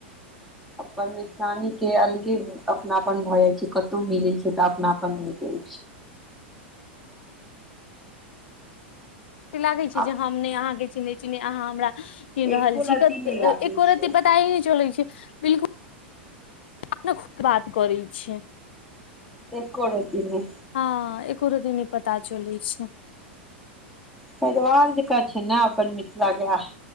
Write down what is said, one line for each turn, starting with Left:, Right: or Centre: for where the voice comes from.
Centre: अपन मिथिलानी के अलगे अपनापन भऽ जाइ छै कतहु मिलै छै तऽ अपनापन <unintelligible> छै।
Left: से लागै छै
Centre: आ
Left: जे हम नय अहाँके चिनहै छी नय अहाँ हमरा चीन्ह रहल
Centre: एको
Left: छी
Centre: रती
Left: कत
Centre: नहि लागै
Left: एको
Centre: छै
Left: रती पताए नय चलै छै बिलकुल <unintelligible> बात करै छै।
Centre: एको रत्ती नै।
Left: हँ एको रत्ती नय पता चलै छै।
Centre: परिवार जकाँ छै ने अपन मिथिला के आह